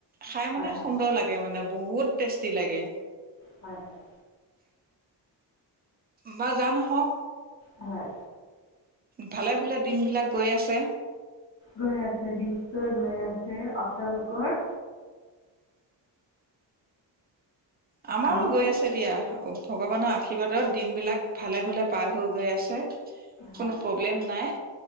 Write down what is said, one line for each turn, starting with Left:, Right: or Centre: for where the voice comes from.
Right: খাই মানে
Left: হয়
Right: সুন্দৰ লাগ লাগে মানে, বহুত টেষ্টি লাগে!
Left: হয়, হয়।
Right: বা যা নহওঁক
Left: হয়!
Right: ভালে-ভালে দিন বিলাক গৈ আছে।
Left: গৈ আছে, নিশ্চয় গৈ আছে, আপোনালোকৰ।
Right: আমাৰো
Left: আপোনালোকৰ
Right: গৈ আছে, দিয়া। ভগৱানৰ আশীৰ্বাদত, দিনবিলাক ভালে-ভালে পাৰ হৈ, গৈ আছে।
Left: হয়
Right: কোনো প্ৰব্লেম নাই।